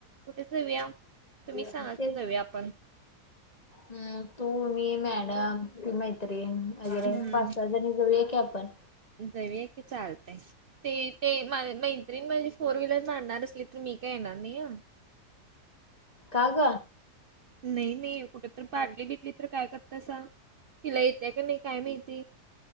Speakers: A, on the right; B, on the left.
A: कुठे जाऊया तुम्ही सांगा
B: तेच
A: <unintelligible> जाऊया आपण.
B: हम्म तू मी मॅडमी मैत्रीण वगैरे
A: हम्म
B: पाच सहा जणी जाऊया की आपण.
A: जाऊया की चालतय. ते ते म मइ त म्हणजे फोर व्हीलर मारणार असली तर. मी काय येणार नाही अ.
B: काग.
A: नाही नाही. कुठ तर पाडली बिडली तर काय करतासा. तिला येत्या की नाही काय माहिती.